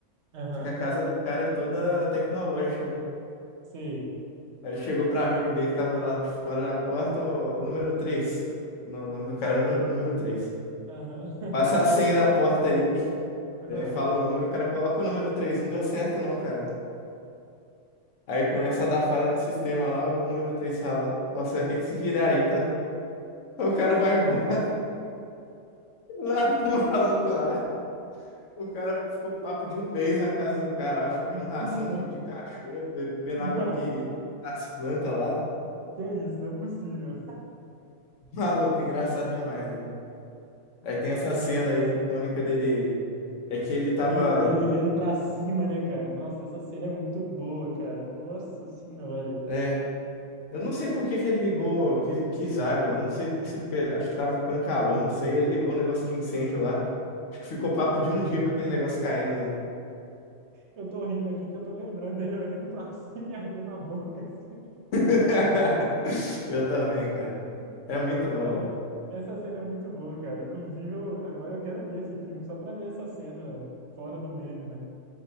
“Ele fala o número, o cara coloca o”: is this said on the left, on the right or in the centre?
Left